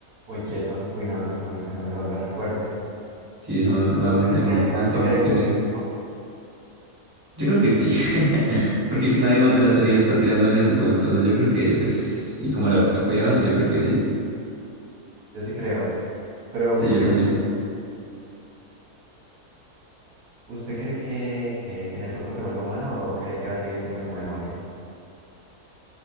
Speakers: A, on the right; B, on the right.
A: Uy, quieto. Uy, no, entonces ese man, ese man se vuelve re fuerte.
B: Sí, ese man, vamos,
A: ¿Usted usted cree
B: ya vamos,
A: que al final se
B: vamos
A: quede con
B: serio.
A: Nezuko?
B: Yo creo que sí. <laughs> Porque nadie más de la serie le está tirando a Nezuko, entonces yo creo que, pues, y como la, la cuidado, entonces yo creo que sí.
A: Yo sí creo. Pero usted,
B: Sí, yo también.
A: ¿usted cree que, que, que Nezuko se vuelve humana o, o cree que va a seguir siendo como demonio?